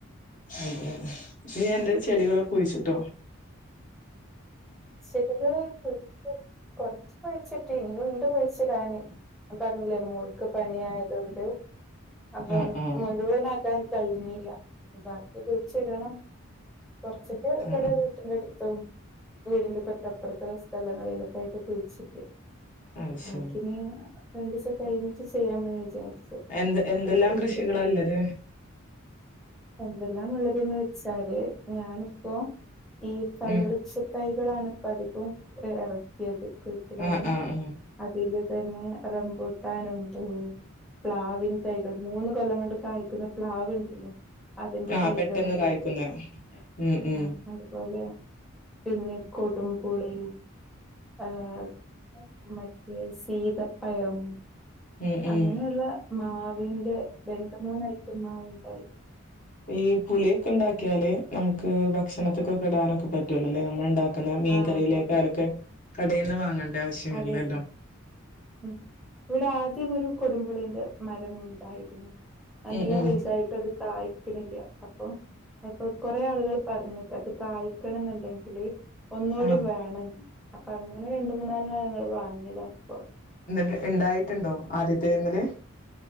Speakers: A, on the left; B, in the centre.
A: ഉം ഉം ഈ എന്റെ ചെടികള കുഴിച്ചിട്ടോ
B: ചെടികള് കുഴിച്ച കൊറച്ച് കുഴിച്ചിട്ട് ഇനി ഇണ്ട് കുഴിച്ചിടാന് പറഞ്ഞില്ലേ മോൾക്ക് പനി ആയതൊണ്ട് അപ്പൊ
A: ആഹ് ആഹ്
B: മുഴുവൻ ആക്കാൻ കഴഞ്ഞില്ല ബാക്കി കുഴിച്ച് ഇടണം കുറച്ചൊക്കെ ഇവിടെ
A: ആഹ്
B: വീട്ടി എടുത്തും വീടിന്റെ തൊട്ടപ്പുറത്ത സ്ഥലങ്ങളിലൊക്കെ ആയിട്ട് കുഴിച്ചിട്ട്
A: അത് ശരി
B: ബാക്കി നി രണ്ടുദിവസം കഴിഞ്ഞിട്ട് ചെയ്യാമെന്ന് വിചാരിച്ചു
A: എന്ത് എന്തെല്ലാം
B: ഇവിടെ കുടുംബ
A: കൃഷികളല്ലത്
B: എന്തെല്ലാം ഉള്ളതന്ന് വെച്ചാല് ഞാനിപ്പോ ഈ ഫലവൃക്ഷ
A: ഉം
B: തൈകളാണ് ഇപ്പ അധികവും ഇറക്കിയത് കുഴിച്ചിടാൻ
A: ആഹ് ആഹ് ആഹ്
B: അതില് തന്നെ റംബുട്ടാനുണ്ട് പ്ലാവിൻ തൈകൾ മൂന്ന് കൊല്ലം കൊണ്ട് കായ്ക്കുന്ന പ്ലാവ്ണ്ടല്ലോ അതിന്റെ
A: ആഹ്
B: തൈകൾണ്ട്
A: പെട്ടെന്ന് കായ്ക്കുന്ന ഉം ഉം
B: ആഹ് അതുപോലെ പിന്നെ കൊടം പുളി ആഹ് മ സീതപ്പയം
A: ഉം
B: അങ്ങനെയുള്ള
A: ഉം
B: മാവിന്റെ രണ്ട് മൂന്ന് ഐറ്റം മാവിൻ തൈ
A: !! ഈ പുളിയൊക്കെ ഉണ്ടാക്കിയാല് നമുക്ക് ഭക്ഷണത്തൊക്കെ ഇടാനൊക്കെ പറ്റൂലോല്ലേ നമ്മൾ ഉണ്ടാക്ക കുന്നമീൻ
B: ആഹ്
A: കറിയിലേക്കെ
B: അതെ അതെ
A: ആഹ് കടയിൽ നിന് വാങ്ങണ്ട ആവശ്യം വരില്ലല്ലോ
B: അതെ അതെ ഉം ഇവിടെ ആദ്യം ഒരു കൊടമ്പുളീന്റെ മരം ഉണ്ടായിരുന്നു നല്ല
A: ഉം ഉം
B: വലുതായിട്ട് അത് കായ്ക്കണില്ല അപ്പൊ അപ്പൊ കൊറേ ആളുകൾ പറഞ്ഞു അത് കായ്ക്കണം എന്നുണ്ടെങ്കില് ഒന്നൂടി
A: ആഹ്
B: വേണം അപ്പൊ അങ്ങനെ രണ്ടു മൂന്നാലെണ്ണം ഞങ്ങള് വാങ്ങിയത അപ്പോ
A: എന്നിട്ട് ഉണ്ടായിട്ടുണ്ടോ ആദ്യത്തെ മ്മേല്